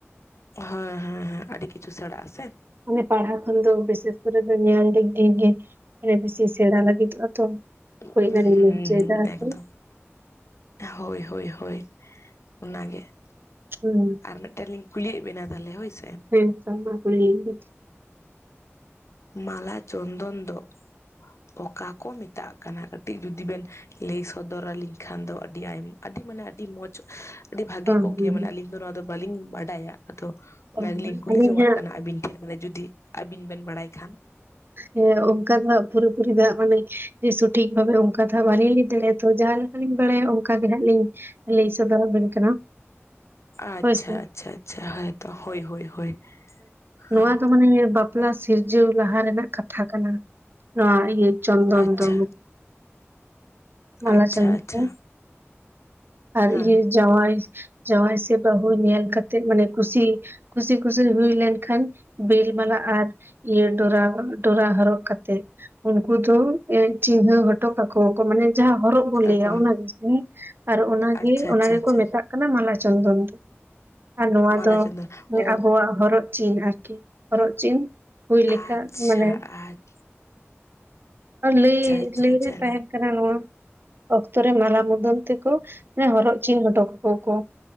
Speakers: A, on the left; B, on the right.
A: ᱦᱮᱸ ᱦᱮᱸ ᱦᱮᱸ ᱟᱹᱰᱤ ᱠᱤᱪᱷᱩ ᱥᱮᱬᱟᱜᱼᱟ ᱥᱮ
B: ᱢᱟᱱᱮ ᱯᱟᱲᱦᱟᱣ ᱠᱷᱚᱱ ᱫᱚ ᱵᱤᱥᱮᱥ ᱠᱚᱨᱮ ᱫᱚ ᱧᱮᱞ ᱫᱤᱠ ᱫᱤᱭᱮ ᱜᱮ, ᱵᱮᱥᱤ ᱥᱮᱸᱬᱟ ᱞᱟᱹᱜᱤᱫᱚᱜ-ᱟ ᱛᱚ ᱦᱚᱭ
A: ᱦᱩᱸ
B: ᱚᱱᱟ ᱞᱤᱧ
A: ᱦᱩᱸ
B: ᱢᱮᱱ ᱦᱚᱪᱚᱭᱫᱟ
A: ᱮᱠᱫᱚᱢ
B: ᱛᱮ
A: ᱦᱳᱭ ᱦᱳᱭ ᱦᱳᱭ ᱚᱱᱟᱜᱮ
B: ᱦᱩᱸ
A: ᱟᱨ ᱢᱤᱫᱴᱮᱱ ᱞᱤᱧ ᱠᱩᱞᱤᱭᱮᱫ ᱵᱤᱱᱟ ᱛᱟᱦᱚᱞᱮ ᱦᱳᱭ ᱥᱮ?
B: ᱦᱮᱸ ᱛᱟᱦᱚᱞᱮ ᱢᱟ ᱠᱩᱞᱤ ᱞᱤᱧ ᱵᱮᱱ᱾
A: ᱢᱟᱞᱟ ᱪᱚᱱᱫᱚᱱ ᱫᱚ ᱚᱠᱟ ᱠᱚ ᱢᱮᱛᱟᱜ ᱠᱟᱱᱟ ᱠᱟᱹᱴᱤᱡ ᱡᱩᱫᱤ ᱵᱮᱱ ᱞᱟᱹᱭ ᱥᱚᱫᱚᱨ ᱟᱹᱞᱤᱧ ᱠᱷᱟᱱ ᱫᱚ ᱟᱹᱰᱤ ᱟᱭ ᱟᱹᱰᱤ ᱢᱟᱱᱮ ᱟᱹᱰᱤ ᱢᱚᱡᱽ ᱟᱹᱰᱤ ᱵᱷᱟᱜᱮ
B: ᱦᱩᱸ
A: ᱠᱚᱜ
B: ᱦᱩᱸ
A: ᱜᱮ ᱢᱟᱱᱮ ᱟᱹᱞᱤᱧ ᱫᱚ ᱱᱚᱣᱟ ᱫᱚ ᱵᱟᱹᱞᱤᱧ ᱵᱟᱰᱟᱭᱟ ᱟᱫᱚ ᱚᱱᱟ
B: ᱚ
A: ᱜᱮᱞᱤᱧ ᱠᱩᱞᱤ
B: ᱟᱹᱞᱤᱧ
A: ᱡᱚᱝ
B: ᱦᱟᱸᱜ
A: ᱟᱜ ᱠᱟᱱᱟ ᱟᱵᱤᱱ ᱴᱷᱮᱱ ᱢᱟᱱᱮ ᱡᱩᱫᱤ ᱟᱵᱤᱱ ᱵᱮᱱ ᱵᱟᱲᱟᱭ ᱠᱷᱟᱱ
B: ᱦᱮᱸ ᱚᱱᱠᱟ ᱫᱚ ᱦᱟᱜ ᱯᱩᱨᱟᱹᱯᱩᱨᱩᱨᱤ ᱫᱚᱦᱟᱜ ᱢᱟᱱᱮ ᱥᱚᱴᱷᱤᱠ ᱵᱷᱟᱵᱮ ᱚᱱᱠᱟ ᱠᱟᱛᱷᱟ ᱵᱟᱹᱞᱤᱧ ᱞᱟᱹᱭ ᱫᱟᱲᱮᱭᱟᱜᱼᱟ ᱛᱚ, ᱡᱟᱦᱟᱸ ᱞᱮᱠᱟᱞᱤᱧ ᱵᱟᱲᱟᱭᱟ ᱚᱝᱠᱟ ᱜᱮ ᱦᱟᱸᱜ ᱞᱤᱧ, ᱞᱟᱹᱭ ᱥᱚᱫᱚᱨᱟᱵᱤᱱ ᱠᱟᱱᱟ᱾
A: ᱟᱪᱪᱷᱟ
B: ᱦᱳᱭᱥᱮ
A: ᱟᱪᱪᱷᱟ ᱟᱪᱪᱷᱟ ᱦᱚᱭᱛᱚ, ᱦᱚᱭ ᱦᱚᱭ ᱦᱚᱭ, ᱦᱩᱸ᱾
B: ᱱᱚᱣᱟ ᱢᱟᱱᱮ ᱵᱟᱯᱞᱟ ᱥᱤᱨᱡᱟᱹᱣ ᱞᱟᱦᱟ ᱨᱮᱱᱟᱜ ᱠᱟᱛᱷᱟ ᱠᱟᱱᱟ, ᱱᱚᱣᱟ <unintelligible> ᱪᱚᱱᱫᱚᱱ
A: ᱟᱪᱪᱷᱟ
B: ᱫᱚ, <unintelligible> ᱢᱟᱞᱟ
A: ᱟᱪᱪᱷᱟ
B: ᱪᱟᱸᱫᱽ
A: ᱟᱪᱪᱷᱟ
B: ᱠᱚ, ᱟᱨ
A: ᱦᱮᱸ
B: ᱤᱭᱟᱹ ᱡᱟᱶᱟᱭ, ᱡᱟᱶᱟᱭ ᱥᱮ ᱵᱟᱹᱦᱩ ᱧᱮᱞ ᱠᱟᱛᱮᱜ ᱢᱟᱱᱮ ᱠᱩᱥᱤ ᱠᱩᱥᱤ ᱠᱩᱥᱤ ᱦᱩᱭ ᱞᱮᱱᱠᱷᱟᱱ ᱵᱮᱞ ᱢᱟᱞᱟ ᱟᱨ ᱤᱭᱟᱹ ᱰᱚᱨᱟ ᱠᱚ, ᱰᱚᱨᱟ ᱦᱚᱨᱚᱜ ᱠᱟᱛᱮᱜ ᱩᱱᱠᱩ ᱫᱚ ᱮᱸ ᱪᱤᱱᱦᱟᱹ ᱦᱚᱴᱚ ᱠᱟᱠᱚᱣᱟᱠᱚ ᱢᱟᱱᱮ ᱡᱟᱦᱟᱸ ᱦᱚᱨᱚᱜ ᱵᱚ
A: ᱥᱟᱠᱚᱢ
B: ᱞᱟᱹᱭᱟ ᱚᱱᱟ ᱜᱮ ᱥᱮ, ᱟᱨ ᱚᱱᱟ ᱜᱮ
A: ᱟᱪᱪᱷᱟ
B: ᱚᱱᱟ
A: ᱟᱪᱪᱷᱟ
B: ᱜᱮᱠᱚ
A: ᱟᱪᱪᱷᱟ
B: ᱢᱮᱛᱟᱜ ᱠᱟᱱᱟ ᱢᱟᱞᱟ ᱪᱚᱱᱫᱚᱱ ᱫᱚ, ᱟᱨ ᱱᱚᱣᱟ
A: ᱢᱟᱞᱟ
B: ᱫᱚ
A: ᱪᱚᱸᱫᱚᱱ ᱚ
B: ᱟᱵᱚᱣᱟᱜ ᱦᱚᱨᱚᱜ ᱪᱤᱱ ᱟᱨᱠᱤ, ᱦᱚᱨᱚᱜ ᱪᱤᱱ ᱦᱩᱭ ᱞᱮᱠᱟ
A: ᱟᱪᱪᱷᱟ
B: ᱢᱟᱱᱮ
A: ᱟᱪ
B: ᱟᱨ ᱞᱟᱹᱭ
A: ᱟᱪᱪᱷᱟ
B: ᱞᱟᱹᱭ ᱨᱮ
A: ᱟᱪᱪᱷᱟ
B: ᱛᱟᱦᱮᱸᱱ ᱠᱟᱱᱟ ᱱᱚᱣᱟ ᱚᱠᱛᱚ ᱨᱮ ᱢᱟᱞᱟ ᱢᱩᱫᱟᱹᱢ ᱛᱮᱠᱚ, ᱢᱟᱱᱮ ᱦᱚᱨᱚᱜ ᱪᱤᱱ ᱦᱚᱴᱚ ᱠᱟᱠᱚᱣᱟᱠᱚ᱾